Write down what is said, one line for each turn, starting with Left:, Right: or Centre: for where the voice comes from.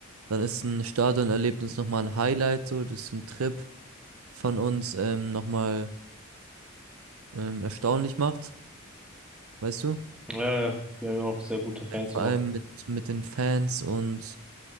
Right: dann ist ein Stadionerlebnis nochmal ein Highlight, so, das ist ein Trip von uns ähm, nochmal. ähm, erstaunlich macht, weißt du?
Centre: Äh, wir haben ja auch sehr gute Fans
Right: Vor
Centre: auch.
Right: allem mit, mit den Fans und